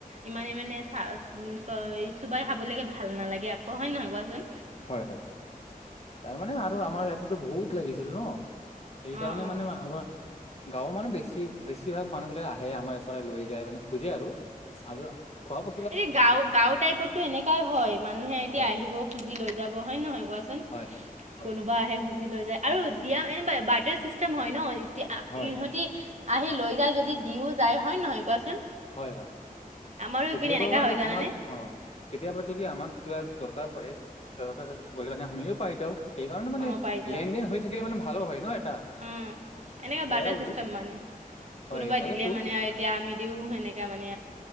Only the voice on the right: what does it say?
ইমানে মানে চা চ চুবাই খাবলৈকে ভাল নালাগে আকৌ হয় নহয় কোৱাচোন।
অঁ অঁ
এ গাঁও গাঁওৰ টাইপতটো এনেকোৱাই হয় মানুহে এতিয়া
আহিব খুজি লৈ যাব হয় নহয় কোৱাচোন।
কোনোবা আহে খুজি লৈ যায় আৰু দিয়া এনো বাৰটৰ চিষ্টেম হয় ন এতিয়া
ইহঁতি
আহি লৈ যদি দিও যায় হয় নহয় কোৱাচোন।
আমাৰো
ইপিনে এনেকা
হৈ জানানে?
অ', পাইছা
অ', এনেকা
বাজাৰ
চিষ্টেম মানে
কোনোবাই
দিলে মানে এতিয়া আমি দিও সেনেক মানে